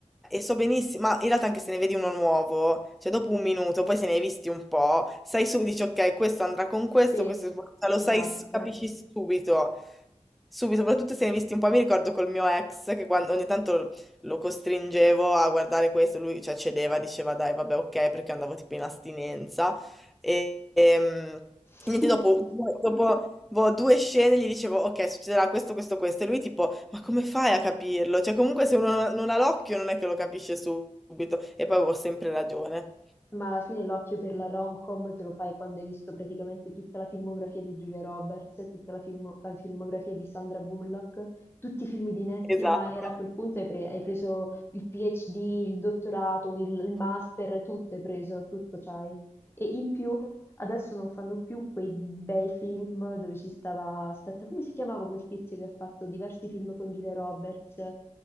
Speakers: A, in the centre; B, on the left.
A: e so benissimo, ma in realtà anche se ne vedi uno nuovo, cioè dopo un minuto, poi se ne hai visti un po', sai su, dici ok, questo andrà con questo,
B: Sì,
A: questo, cioè,
B: esatto.
A: lo sai, s- capisci subito, subito, soprattutto se ne hai visti un po', mi ricordo col mio ex che quando ogni tanto lo costringevo a guardare questo, lui, cioè, cedeva, diceva dai, vabbè, ok, perché andavo tipo in astinenza e... ehm,
B: <laughs>
A: Niente, dopo, dopo boh, due scene gli dicevo, ok, succederà questo, questo, questo, e lui tipo, ma come fai a capirlo? Cioè, comunque se uno non non ha l'occhio non è che lo capisce subito, e poi avevo sempre ragione.
B: Ma alla fine l'occhio per la rom-com te lo fai quando hai visto praticamente tutta la filmografia di Julia Roberts, tutta la, film- la filmografia di Sandra Bullock, tutti i film di Nancy
A: Esatto.
B: Meyer, a quel punto hai, pre- hai preso il PhD, il dottorato, il, il master, tutto hai preso, tutto c'hai. E in più adesso non fanno più quei bei film dove ci stava, aspetta, come si chiamava quel tizio che ha fatto diversi film con Julia Roberts?